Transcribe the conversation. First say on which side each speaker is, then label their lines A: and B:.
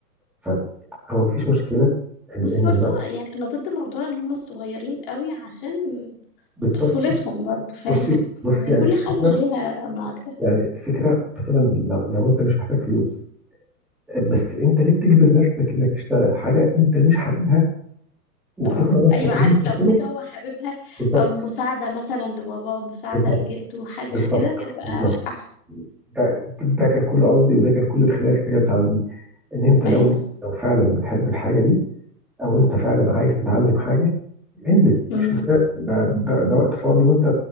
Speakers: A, in the centre; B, on the left.
A: فهو مفيش مشكله ان
B: بس
A: ان
B: برضو
A: المبدأ
B: يعني انا ضد موضوع ان هم الصغيرين قوي عشان
A: بالظبط
B: طفولتهم
A: بص
B: برضو فاهم
A: بصي بصي
B: يعني
A: يعني
B: كل
A: الفكره
B: حاجة ليها معادلة
A: يعني الفكره مثلا لو, لو انت مش محتاج فلوس بس انت ليه بتجبر نفسك انك تشتغل حاجه انت مش حاببها وبتقنع
B: اه
A: نفسك
B: ايوه عارف
A: ان انت
B: لو
A: كده
B: حاجه هو حاببها
A: بالظبط
B: او مساعده مثلا لبابا مساعده
A: بالظبط
B: لجده حاجه
A: بالظبط
B: كده تبقى
A: بالظبط
B: احلى
A: ده, ده كان كل قصدي وده كان كل الخلاف بجد عندي ان انت لو
B: ايوه
A: لو فعلا بتحب الحاجه دي او انت فعلا عايز تتعلم حاجه انزل
B: مم.
A: مفيش مشكله ده, ده, ده وقت فاضي وانت